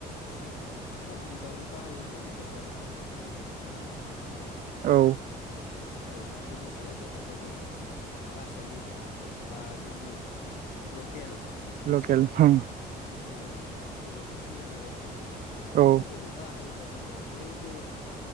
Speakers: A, on the left; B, on the right.
A: एसे खम बिबांनि बाहायोब्ला मोजां जागोन नामा आंनि साननायाव
B: औ
A: औ दा बेनि सोलाय जोंहा दङ रासायनिक बा जोंनि लकेल मोसौ
B: लकेल होम
A: मोसौ गोबोरखि होनो जायखौ बेफोरखौ
B: औ
A: जोङो बाहायोब्ला जोंहा जेबो